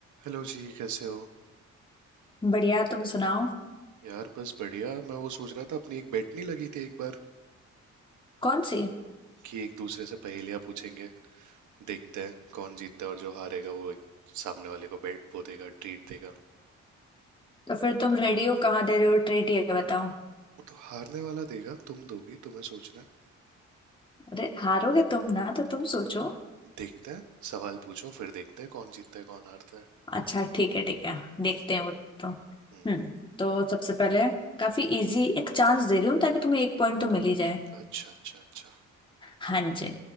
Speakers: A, on the right; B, on the left.
A: Hello जी कैसे हो
B: बढ़िया तुम सुनाओ
A: यार बस बढ़िया मैं वो सोच रहा था अपनी एक बेट नहीं लगी थी एक बार
B: कौन सी
A: कि एक दूसरे से पहेलियां पूछेंगे देखते हैं कौन जीतता है और जो हारेगा वो एक सामने वाले को बेट वो देगा ट्रीट देगा वो
B: तो फिर तुम रेडी हो कहाँ दे रहे हो ट्रीट ये बताओ
A: तो हारने वाला देगा तुम दोगी तुम्हें सोचना है
B: अरे हारोगे तुम ना तो तुम सोचो
A: देखते हैं सवाल पूछो फिर देखते हैं कौन जीतता है कौन हारता है
B: अच्छा ठीक है ठीक है देखते
A: हम्म
B: हैं वो तो हम्म
A: हम्म
B: तो सबसे पहले काफी इजी एक चांस दे रही हूँ ताकि तुम्हें एक पॉइंट तो मिल ही जाए
A: अच्छा अच्छा अच्छा
B: हाँ जी